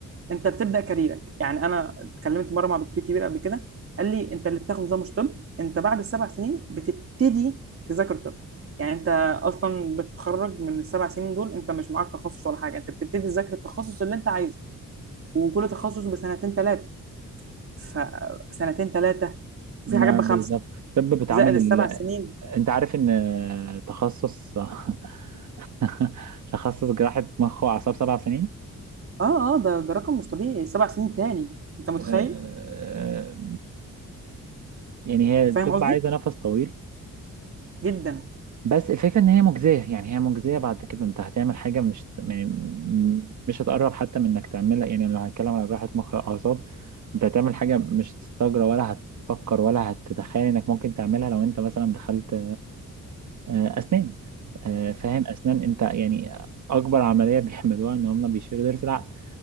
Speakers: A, on the right (about 45°); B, on the right (about 60°).
A: انت بتبدا كاريرك يعني انا اتكلمت مره مع دكتور كبير قبل كده قال لي انت اللي بتاخده ده مش طب انت بعد السبع سنين بتبتدي تذاكر طب يعني انت اصلا بتتخرج من السبع سنين دول انت مش معاك تخصص ولا حاجه انت بتبتدي تذاكر التخصص اللي انت عايزه وكل تخصص بسنتين ثلاثه فسنتين ثلاثه وفي
B: ما
A: حاجات بخمسه
B: <laughs> بالظبط طب بتعامل
A: زائد السبع
B: ال...
A: سنين
B: انت عارف ان تخصص <laughs> تخصص جراحة مخ واعصاب سبع سنين
A: اه اه ده ده رقم مش طبيعي سبع سنين تاني انت متخيل
B: آه، آه، يعني هي الطب
A: فاهم قصدي
B: عايزة نفس طويل
A: جدا
B: بس الفكرة إن هي مجزية يعني هي مجزية بعد كده أنت هتعمل حاجة مش يعني م- مش هتقرب حتى من إنك تعملها يعني لو هنتكلم على جراحة مخ أعصاب أنت هتعمل حاجة مش هتستجرى ولا هتفكر ولا هتتخيل إنك ممكن تعملها لو أنت مثلا دخلت آه، أسنان آه، فاهم أسنان أنت يعني أكبر عملية <laughs> بيعملوها إن هم بيشيلوا ضرس العقل